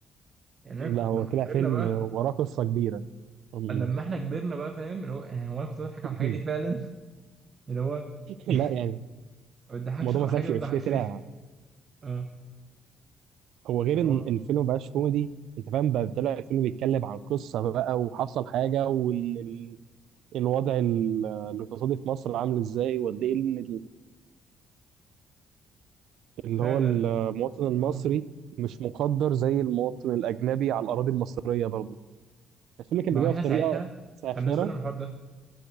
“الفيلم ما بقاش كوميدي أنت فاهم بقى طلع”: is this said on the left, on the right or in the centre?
Right